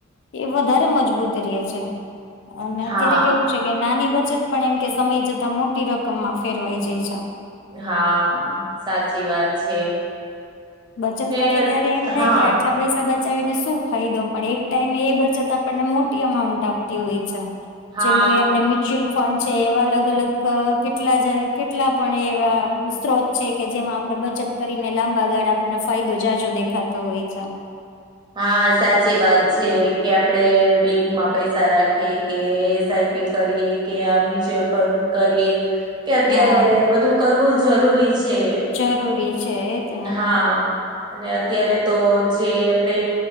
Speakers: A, on the left (about 60°); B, on the right (about 20°).
A: એ વધારે મજબૂત રહે છે, અને
B: હા
A: અત્યારે કેવું કે નાની બચત પણ એમ કે સમય જતા મોટી રકમમાં ફેરવાઈ જાય છે.
B: હા સાચી વાત છે.
A: બચત
B: ને
A: કરીએ ત્યારે એમ
B: હા
A: થાય કે આટલા પૈસા બ બચાવીને શું ફાયદો પણ એક ટાઈમે એ બચત આપણને મોટી અમાઉન્ટ આપતી હોય છે.
B: હા
A: જેમ કે આપડે મી શિલ ફંડ છે, એવા અલગ અલગ અહ કેટલા કેટલા પણ એવા સ્ત્રોત છે કે જેમાં આપડે બચત કરીને લાંબા ગાળા આપણને ફાયદો જાજો દેખાતો હોય છે.
B: હા, સાચી વાત છે કે આપડે બેંકમાં પૈસા રાખી કે સાઇડ કરીએ કે આ મ્યુચ્યુઅલ ફંડ કરીએ કે અત્યારે
A: હા
B: બધું કરવું જરૂરી છે
A: જરૂરી છે, એજને
B: હા અને અત્યારે તો જે આપડે